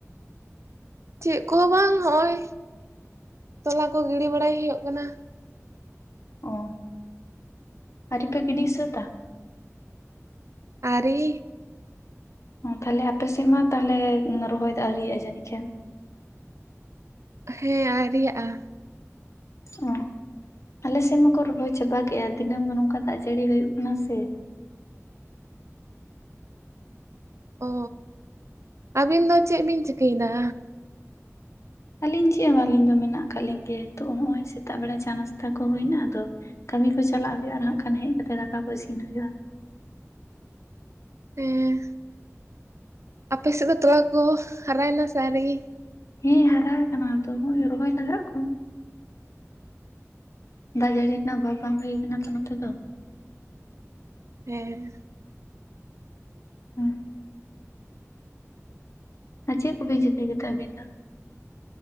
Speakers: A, on the right; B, on the left.
A: ᱪᱮᱫ ᱠᱚ ᱦᱚᱸ ᱵᱟᱝ ᱦᱚᱸᱜ-ᱚᱭ ᱛᱚᱞᱟ ᱠᱚ ᱜᱤᱲᱤ ᱵᱟᱲᱟᱭ ᱦᱩᱭᱩᱜ ᱠᱟᱱᱟ᱾
B: ᱚᱸ ᱟᱹᱣᱨᱤ ᱯᱮ ᱜᱤᱰᱤ ᱥᱟᱹᱛ-ᱟ᱾
A: ᱟᱹᱣᱨᱤ
B: ᱟ ᱛᱟᱦᱟᱞᱮ ᱟᱯᱮ ᱥᱮᱫ ᱢᱟ ᱛᱟᱦᱟᱞᱮ ᱨᱚᱦᱚᱭ ᱫᱚ ᱟᱣᱨᱤᱭᱟᱜ-ᱟ ᱡᱟᱹᱱᱤᱡ ᱠᱷᱟᱱᱼᱼ
A: ᱦᱮᱸ ᱟᱣᱨᱤ ᱭᱟᱜ-ᱟ᱾
B: ᱦᱚᱸ᱾ ᱟᱞᱮ ᱥᱮᱱ ᱢᱟᱠᱚ ᱨᱚᱦᱚᱭ ᱪᱟᱵᱟ ᱠᱮᱜ-ᱟ, ᱫᱤᱱᱟᱹᱢ ᱜᱮ ᱱᱚᱝᱠᱟ ᱫᱟᱜ ᱡᱟᱹᱲᱤ ᱦᱩᱭᱩᱜ ᱠᱟᱱᱟ ᱥᱮᱼᱼ
A: ᱚ ᱟᱹᱵᱤᱱ ᱫᱚ ᱪᱮᱜ ᱵᱤᱱ ᱪᱤᱠᱟᱹᱭ ᱫᱟ?
B: ᱟᱞᱤᱧ ᱪᱮᱫ ᱦᱚᱸ ᱵᱟᱝ ᱟᱹᱞᱤᱧ ᱫᱚ ᱢᱮᱱᱟᱜ ᱟᱠᱟᱫ ᱞᱤᱧ ᱜᱮᱭᱟ ᱱᱤᱛᱚᱜ ᱦᱚᱸᱜ-ᱚᱭ ᱥᱮᱛᱟᱜ ᱵᱮᱲᱟ ᱪᱟ ᱱᱟᱥᱛᱟ ᱠᱚ ᱦᱩᱭᱱᱟ ᱟᱫᱚᱼᱼ ᱠᱟᱢᱤ ᱠᱚ ᱪᱟᱞᱟᱜ ᱦᱩᱭᱩᱜ-ᱟ ᱦᱟᱸᱜ ᱠᱷᱟᱱ ᱦᱮᱡ ᱠᱟᱛᱮ ᱫᱟᱠᱟ ᱠᱚ ᱤᱥᱤᱱ ᱦᱩᱭᱩᱜ-ᱟ᱾
A: ᱦᱮᱸ ᱟᱯᱮ ᱥᱮᱫ ᱫᱚ ᱛᱚᱞᱟ ᱠᱚ ᱦᱟᱨᱟᱭ ᱱᱟ ᱥᱮ ᱟᱣᱨᱤ?
B: ᱦᱮᱸ ᱦᱟᱨᱟ ᱟᱠᱟᱱᱟ ᱛᱚ ᱦᱚᱸᱜᱼᱚᱭ ᱨᱚᱦᱚᱭ ᱞᱟᱜᱟᱜ ᱟᱠᱚ᱾ ᱫᱟᱜ ᱡᱟᱹᱲᱤ ᱨᱮᱱᱟᱜ ᱚᱵᱷᱟᱵᱽ ᱵᱟᱝ ᱦᱩᱭ ᱠᱟᱱᱟ ᱛᱚ ᱱᱚᱛᱮ ᱫᱚ᱾
A: ᱦᱮᱸ᱾
B: ᱦᱩᱸ ᱟᱨ ᱪᱮᱫ ᱠᱚ ᱵᱤᱱ ᱪᱤᱠᱟᱹᱭ ᱜᱮᱛᱮ ᱟᱹᱵᱤᱱ ᱫᱚ?